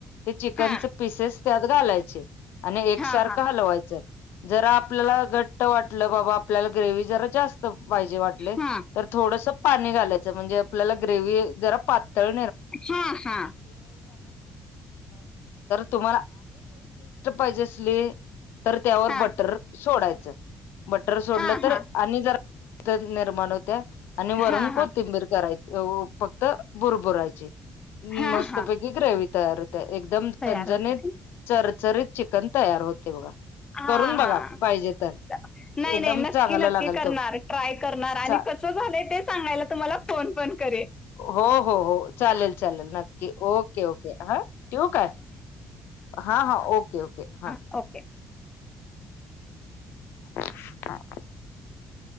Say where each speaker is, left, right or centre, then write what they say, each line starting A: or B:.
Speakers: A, on the left; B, on the left.
A: ते चिकनचे
B: हा
A: पिसेस त्यात घालायचे. आणि एकसारखा
B: हा हा
A: हलवायचं. जरा आपल्याला घट्ट वाटलं बाबा आपल्याला ग्रेव जरा जास्त पाहिजे वाटले
B: हा
A: तर थोडस पाणी घालायचं म्हणजे आपल्याला ग्रेवही जरा पातळ
B: हा हा
A: तुम पाहिजे अस तर त्यावर
B: हा
A: बटर सोडायचं. मटर सोडलं
B: हा
A: तर
B: हा
A: आणि जरा निर्माण होत्या आणि वरून
B: हा हा
A: कोतिंबीर करायच. फक्त बुरबुराचे
B: हा
A: मस्तपैकी
B: हा
A: ग्रेवी तयार हो. एकदम
B: तयार
A: झनजणीत
B: होत की
A: चरचरीत चिकन तयार होते बघा.
B: हा
A: करून बघा
B: हा
A: पाहिजे तर
B: नाही
A: एकदम
B: नाही नक्की
A: चांगला
B: नक्की
A: लागल
B: करणार
A: तो
B: ट्राय करणार आणि
A: चा
B: झालंय ते सांगायला तुम्हाला फोन पण करे
A: हो हो हो चालेल चालेल नक्की ओके ओके हा ठेवू काय? हा हा ओके ओके ह.
B: हां ओके.
A: हा.
B: ह.